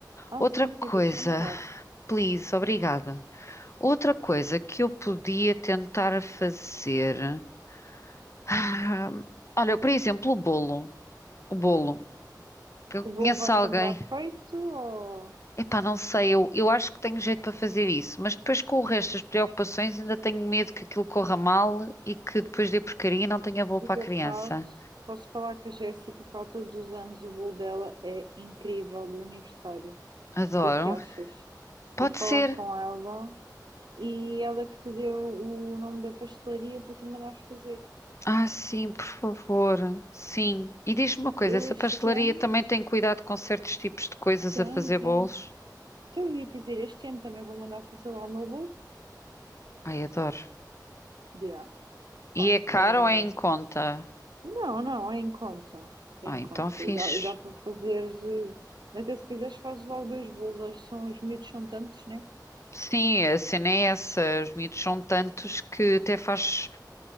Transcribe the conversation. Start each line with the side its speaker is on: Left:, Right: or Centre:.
Right: Ah,
Left: Outra
Right: sim, sim,
Left: coisa,
Right: vou-te já mandar.
Left: please, obrigada. Outra coisa que eu podia tentar fazer. Ah, Olha, por exemplo, o bolo. O bolo. Que eu
Right: O
Left: conheço
Right: bolo vais
Left: alguém.
Right: comprar feito ou
Left: Epá, não sei, eu, eu acho que tenho jeito para fazer isso, mas depois com o resto das preocupações ainda tenho medo que aquilo corra mal e que depois dê porcaria e não tenha bolo
Right: por
Left: para a criança.
Right: acaso? Posso falar que a Jéssica, qual todos os anos o bolo dela é incrível do aniversário. O
Left: Adoro.
Right: que é que achas?
Left: Pode
Right: Vou falar
Left: ser.
Right: com ela e ela que te deu o nome da pastelaria para tu mandares fazer.
Left: Ah, sim, por favor. Sim. E diz-me uma coisa,
Right: Eu
Left: essa
Right: este
Left: pastelaria
Right: ano.
Left: também tem cuidado com certos tipos de coisas
Right: Tem,
Left: a fazer
Right: tem.
Left: bolos?
Right: Então eu ia dizer, este ano também vou mandar fazer lá o meu bolo.
Left: Ai, adoro.
Right: Yeah,
Left: E
Right: pá,
Left: é caro
Right: ah,
Left: ou é em conta?
Right: não, não, é em conta, é
Left: Ah,
Right: em
Left: então
Right: conta,
Left: fixe.
Right: e dá, e dá para fazer, eh, até se quiseres fazes logo dois bolos, acho que são, os miúdos são tantos, né?
Left: Sim, a cena é essa. Os miúdos são tantos que até faz,